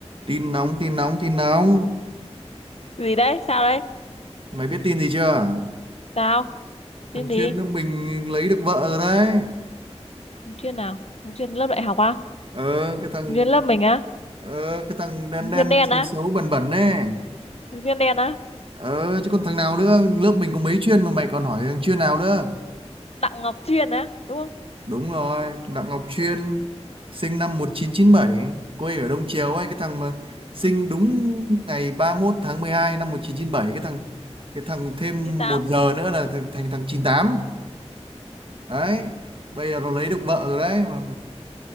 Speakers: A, on the right; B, on the left.
A: tin nóng tin nóng tin nóng
B: gì đấy sao đấy
A: mày biết tin gì chưa
B: sao
A: thằng
B: tin
A: chuyên
B: gì
A: lớp mình lấy được vợ rồi đấy
B: Ứng chuyên nào Ứng chuyên lớp đại học á
A: ờ cái thằng
B: Ứng chuyên lớp mình á
A: ờ cái thằng đen
B: Ứng
A: đen
B: chuyên đen á
A: xấu xấu bẩn bẩn ấy
B: Ứng chuyên đen á
A: ờ chứ còn thằng nào nữa lớp mình có mấy chuyên mà mày còn hỏi thằng chuyên nào nữa
B: Đặng Ngọc Chuyên á đúng không
A: đúng rồi Đặng Ngọc Chuyên sinh năm một chín chín bảy quê ở Đông Triều ấy cái thằng mà sinh đúng ngày ba mốt tháng mười hai năm một chín chín bảy cái thằng cái thằng thêm
B: 98
A: một giờ nữa là thành thằng chín tám đấy bây giờ nó lấy được vợ rồi đấy mà